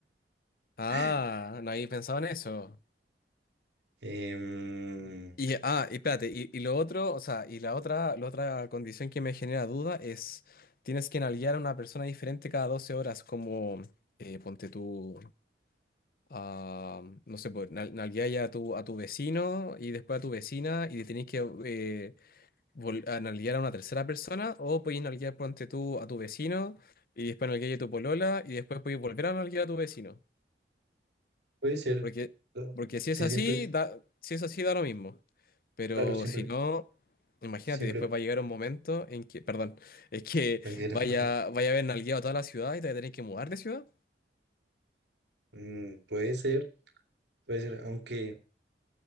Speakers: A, on the left (about 50°); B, on the right (about 80°).
A: Ah,
B: <laughs>
A: nadie pensaba en eso.
B: em,
A: Y, ah, y espérate, y, y lo otro, o sea, y la otra, la otra condición que me genera duda es, tienes que nalguear a una persona diferente cada 12 horas, como, eh, ponte tú, a, no sé, pues, nal- nalguear ya a tu, a tu vecino y después a tu vecina y tenés que eh, vol- a nalguear a una tercera persona, o podés nalguear, ponte tú, a tu vecino y después nalguear a tu polola y después podés volver a nalguear a tu vecino.
B: puede ser.
A: Porque, porque si
B: Sí,
A: es así,
B: siempre,
A: da, si es así, da lo mismo. Pero
B: Claro, siempre,
A: si no, imagínate,
B: siempre
A: después va a llegar un momento en que, perdón, <laughs> es que
B: tranquilo.
A: vaya,
B: <laughs>
A: vaya a haber nalgueado toda la ciudad y te vas a tener que mudar de ciudad.
B: Mm, puede ser, puede ser, aunque